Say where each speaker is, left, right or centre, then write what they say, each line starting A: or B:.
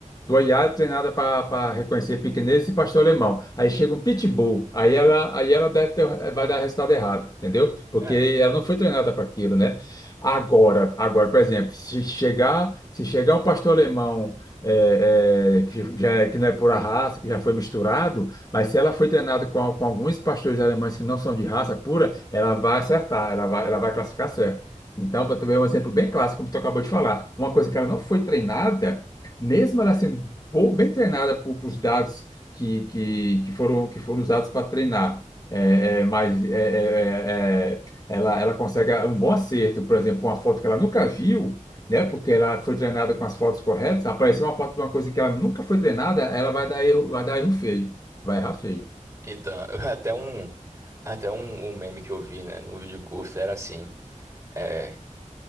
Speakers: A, on the left (about 30°); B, on the right (about 25°).
A: Tua Yara treinada para reconhecer pequenês e pastor alemão. Aí chega um pitbull. Aí ela, aí ela deve ter, vai dar resultado errado, entendeu? Porque
B: É,
A: ela não foi treinada para aquilo, né? Agora, agora, por exemplo, se chegar, se chegar um pastor alemão é, é, que já é- que não é pura raça, que já foi misturado, mas se ela foi treinada com, com alguns pastores alemães que não são de raça pura, ela vai acertar, ela vai, ela vai classificar certo. Então,
B: e-
A: para tu ver um exemplo bem clássico, como tu acabou de falar, uma coisa que ela não foi treinada mesmo ela sendo bo- bem treinada por, por dados que, que, que foram que foram usados para treinar, é, é, mas é, é, é, é, ela ela consegue um bom acerto, por exemplo, uma foto que ela nunca viu, né? Porque
B: sim.
A: ela foi treinada com as fotos corretas. Apareceu uma foto de uma coisa que ela nunca foi treinada, ela vai dar erro, vai dar erro feio, vai errar feio.
B: Então, <laughs> até um, até um, um meme que eu vi, né, num vídeo curto era assim. é,